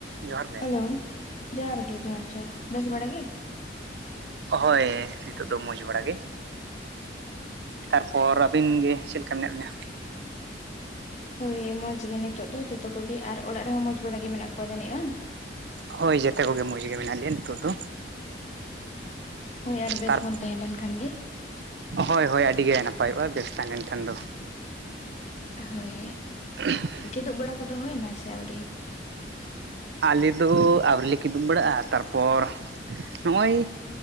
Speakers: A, on the right; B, on the left.
A: ᱡᱚᱦᱟᱨ ᱜᱮ
B: ᱦᱮᱞᱳ ᱡᱚᱦᱟᱨ ᱜᱮ ᱡᱚᱦᱟᱨ ᱡᱚᱦᱟᱨ ᱵᱮᱥ ᱵᱟᱲ ᱜᱮ?
A: ᱦᱳᱭ ᱱᱤᱛᱚᱜ ᱫᱚ ᱢᱚᱡᱽ ᱵᱟᱲᱟ ᱜᱮ ᱛᱟᱨᱯᱚᱨ ᱟᱹᱵᱤᱱ ᱜᱮ ᱪᱮᱫ ᱞᱮᱠᱟ ᱢᱮᱱᱟᱜ ᱵᱤᱱᱟ?
B: ᱦᱳᱭ ᱢᱚᱡᱽ ᱜᱮ ᱱᱤᱛᱚᱜ ᱫᱚ ᱡᱚᱛᱚ ᱠᱚᱜᱮ ᱟᱨ ᱚᱲᱟᱜ ᱨᱮᱦᱚᱸ ᱢᱚᱸᱡᱽ ᱵᱟᱲᱟ ᱜᱮ ᱢᱮᱱᱟᱜ ᱠᱚᱣᱟ ᱡᱟᱹᱱᱤᱡ ᱵᱟᱝ?
A: ᱦᱳᱭ ᱡᱚᱛᱮ ᱠᱚᱜᱮ ᱢᱚᱡᱽ ᱜᱮ ᱢᱮᱱᱟᱜ ᱞᱮᱭᱟ ᱱᱤᱛᱚᱜ ᱫᱚ᱾
B: ᱦᱳᱭ ᱟᱨ ᱵᱮᱥ
A: ᱛᱟᱨ
B: ᱵᱚᱱ ᱛᱟᱦᱮᱸ ᱞᱮᱱ ᱠᱷᱟᱱ ᱜᱮᱼᱼ
A: ᱦᱳᱭ ᱦᱳᱭ ᱟᱹᱰᱤ ᱜᱮ ᱱᱟᱯᱟᱭᱚᱜᱼᱟ ᱵᱮᱥ ᱛᱟᱦᱮᱸ ᱞᱮᱱ ᱠᱷᱟᱱ ᱫᱚ᱾
B: ᱦᱳᱭᱼᱼ
A: <unintelligible>
B: ᱠᱤᱫᱩᱵ ᱵᱟᱲᱟ ᱠᱚᱫᱚ ᱦᱩᱭ ᱮᱱᱟ ᱥᱮ ᱟᱹᱣᱨᱤ? <inaudible>
A: ᱟᱞᱮᱫᱚ ᱟᱹᱣᱨ ᱞᱮ ᱠᱤᱫᱩᱵ ᱵᱟᱲᱟᱜᱼᱟ ᱛᱟᱨᱯᱚᱨ ᱱᱚᱜᱼᱚᱭᱼᱼ